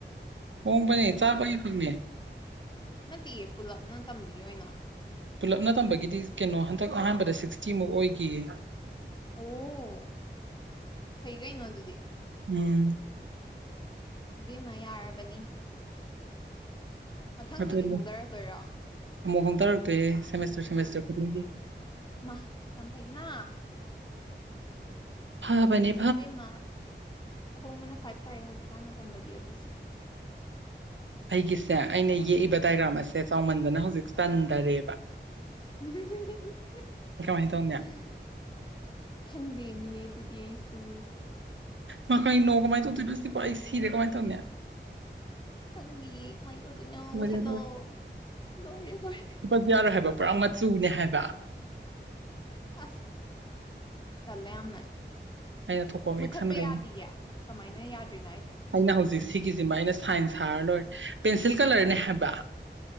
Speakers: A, on the right; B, on the left.
A: ꯄꯣꯡꯕꯅꯤ ꯆꯥꯕꯒꯤ ꯐꯪꯅꯤ
B: ꯅꯠꯇꯦꯌꯦ ꯄꯨꯂꯞꯅ ꯇꯝꯕꯒꯤ ꯑꯣꯏꯅ
A: ꯄꯨꯂꯞꯅ ꯇꯝꯕꯒꯤꯗꯤ ꯀꯩꯅꯣ ꯍꯟꯗꯛ ꯑꯍꯥꯟꯕꯗ ꯁꯤꯛꯁꯇꯤꯃꯨꯛ ꯑꯣꯏꯒꯤꯌꯦ
B: ꯑꯣ ꯐꯩ ꯀꯩꯅꯣ ꯑꯗꯨꯗꯤ
A: ꯎꯝ
B: ꯏꯕꯦꯝꯃ ꯌꯥꯔꯕꯅꯤ ꯃꯊꯪꯗꯗꯤ
A: ꯑꯗꯨꯅꯤ
B: ꯍꯣꯡꯗꯔꯛꯇꯣꯏꯔꯣ
A: ꯑꯃꯨꯛ ꯍꯣꯡꯗꯔꯛꯇꯣꯏꯔꯦ ꯁꯦꯃꯦꯁꯇꯔ ꯁꯦꯃꯦꯁꯇꯔ ꯈꯨꯗꯤꯡꯒꯤ
B: ꯃꯥ ꯌꯥꯝ ꯐꯩꯅ
A: ꯐꯕꯅꯤ
B: ꯏꯕꯦꯝꯃ ꯑꯍꯣꯡꯕꯅ ꯈ꯭ꯋꯥꯏ ꯐꯔꯦ ꯍꯧꯖꯤꯛꯀꯥꯟ ꯃꯇꯝꯗꯗꯤ ꯑꯗꯨꯁꯨ
A: ꯑꯩꯒꯤꯁꯦ ꯑꯩꯅ ꯌꯦꯛꯏꯕ ꯗꯥꯏꯒ꯭ꯔꯥꯝ ꯑꯁꯦ ꯆꯥꯎꯃꯟꯗꯨꯅ ꯍꯧꯖꯤꯛ ꯆꯟꯗꯔꯦꯕ
B: <unintelligible>
A: ꯀꯃꯥꯏꯅ ꯇꯧꯅꯤ
B: ꯈꯪꯗꯦꯃꯤ ꯑꯗꯨꯗꯤ ꯑꯩꯁꯨ
A: ꯃꯥ ꯀꯩꯅꯣ ꯀꯃꯥꯏꯅ ꯇꯧꯗꯣꯏꯅꯣ ꯁꯤꯕꯣ ꯑꯩ ꯁꯤꯔꯦ ꯀꯃꯥꯏꯟ ꯇꯧꯅꯤ
B: ꯈꯪꯗꯤꯌꯦ ꯀꯃꯥꯏꯅ ꯇꯧꯗꯣꯏꯅꯣ
A: ꯂꯣꯏꯔꯦ
B: ꯃꯨꯊꯠꯂꯣ ꯂꯣꯏꯔꯦ ꯂꯣꯏꯔꯦ
A: ꯗꯤ ꯌꯥꯔꯣꯏ ꯍꯥꯏꯕ ꯄꯨꯔꯥ ꯃꯆꯨꯅꯦ ꯍꯥꯏꯕ
B: ꯑꯁ ꯇꯜꯂꯦ ꯌꯥꯝꯅ
A: ꯑꯩꯅ ꯊꯣꯛꯄ ꯑꯃ
B: ꯃꯨꯠꯊꯠꯄ
A: ꯌꯦꯛꯁꯟꯈ꯭ꯔꯅꯤ
B: ꯌꯥꯗꯤꯌꯦ ꯀꯃꯥꯏꯅ ꯌꯥꯗ꯭ꯔꯤꯅꯣ ꯑꯩꯁꯤꯕꯣ
A: ꯑꯩꯅ ꯍꯧꯖꯤꯛ ꯁꯤꯒꯤꯖꯤꯃ ꯑꯩꯅ ꯁꯥꯏꯟ ꯁꯥꯔ ꯂꯣꯏꯔꯦ ꯄꯦꯟꯁꯤꯜ ꯀꯂꯔꯅꯦ ꯍꯥꯏꯕ